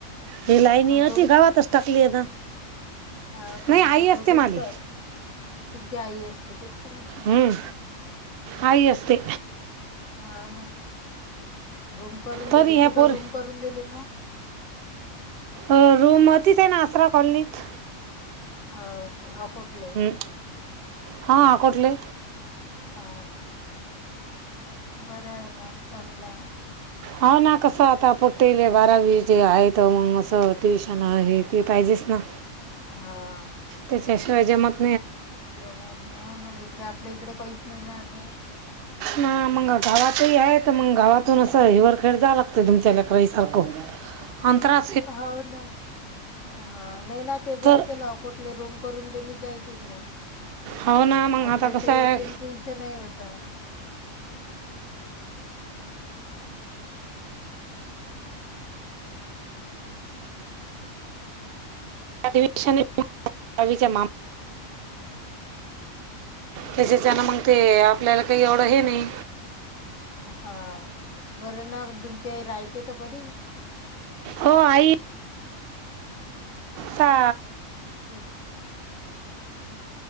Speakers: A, on the right; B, on the left.
A: ही लाईनी
B: का मग
A: होती गावातच टाकली आहे ना.
B: हा का
A: नाही आई
B: त्या दोघी
A: असते माली
B: तर तुमची आई असते तेचत म्हटलं
A: हम्म
B: ना
A: आई असते
B: ह अ ना रूम करून दिली
A: तरी ह्या
B: कुठं
A: पोर
B: रूम करून दिली मग
A: अ रोमतीच आहे ना आसरा कॉलनीत
B: हा ओके ह कठले
A: हम्म. हा कोठले
B: हाक बर आहे मग चांगलाय
A: होा ना कस आता पटेले बारावी जे आहेत मग अस ट्युशन आहे ते पाहिजे बिचना
B: हा
A: तेच्या शिवाय माग
B: जेवात नाही म्ह इकडे आपल्या इकडे काहीच नाही ना आता
A: ना मग गावातही आहे तर मग गावातून अस हिवरखेड जा लागतो तुमच्या लेकराई सारखं अंतरा
B: हो ना हा नाही ना ते बरं
A: तर
B: केलं कुठले रूम करून दिली जाय तिकडे
A: हो ना मग
B: अभ्यास
A: आता कसं
B: ही होती
A: आहे
B: ट्यूशनही होता
A: अधिवेश <unintelligible> जमा
B: <inaudible>
A: त्यासेचना मग ते आपल्याला काही एवढं हे नाही
B: हा बरं ना तुमचे रायते तर कधी
A: हो आई हा
B: <inaudible>